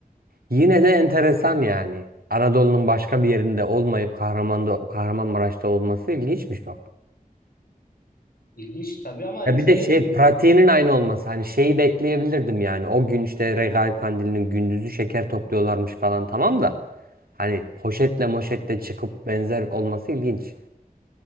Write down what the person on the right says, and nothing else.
Yine de enteresan yani. Anadolu'nun başka bir yerinde olmayıp Kahraman'da, Kahramanmaraş'ta olması ilginçmiş bak.
Ya
bir de şey
pratiğinin aynı olması hani şeyi bekleyebilirdim yani. O gün işte Regaip Kandili'nin gündüzü şeker topluyorlarmış falan tamam da. Hani poşetle moşetle çıkıp benzer olması ilginç.